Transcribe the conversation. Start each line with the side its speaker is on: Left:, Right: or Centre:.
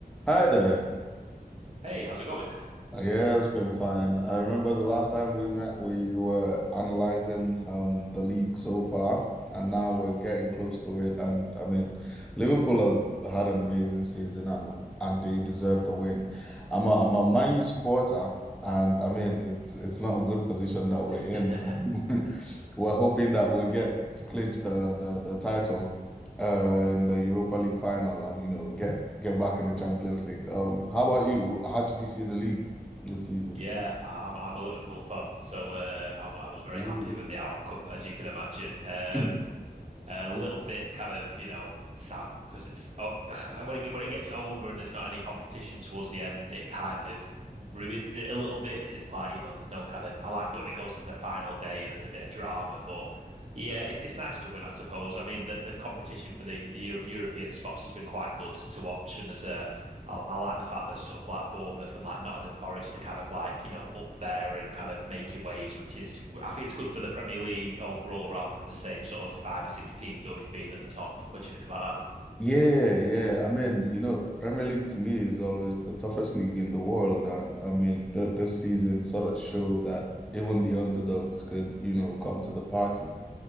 Centre: Hi there.
Right: Hey, how's it going?
Centre: Uh, Yeah, it's been fine. I remember the last time we met, we were analyzing um the league so far, and now
Right: Mhm.
Centre: we're getting close to it. And I mean, Liverpool has had an amazing season, and and they deserve the win. I'm a I'm a Man U supporter, and I mean, it's it's not a good position that we're
Right: <laughs>
Centre: in. <laughs> We're hoping that we'll get to clinch the the the title, uh, in the Europa League final, and you know, get get back in the Champions League. Um, how about you? How did you see the league? this season.
Right: Yeah, I'm I'm a Liverpool fan, so uh, I, w- I was very
Centre: Ooh.
Right: happy with the outcome, as you can imagine. Um,
Centre: <laughs>
Right: a little bit kind of, you know, sad because it's oh, <sighs> when it get- when it gets over and there's not any competition towards the end, it kind of ruins it a little bit because it's like, you know, there's no kind of. I like it when it goes to the final day and there's a bit of drama, but yeah, it's, it's nice to win, I suppose. I mean, the the competition for the the Eu- European spots has been quite good to watch, and there's a I, I like the fact that sort of like Bournemouth and like Nottingham Forest are kind of like, you know, up there and kind of making waves, which is, I think it's good for the Premier League overall rather than the same sort of five or six teams always being at the top. What do you think about
Centre: Yeah, yeah. I mean, you know, Premier League to me is always the toughest league in the world, and I mean, th this season sort of showed that even the underdogs could, you know, come to the party.